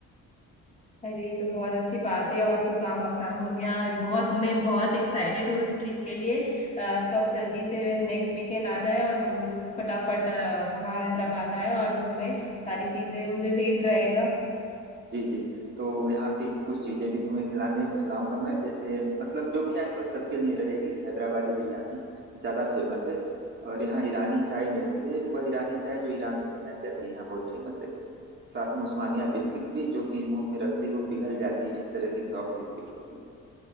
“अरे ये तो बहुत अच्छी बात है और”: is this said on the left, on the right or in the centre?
Left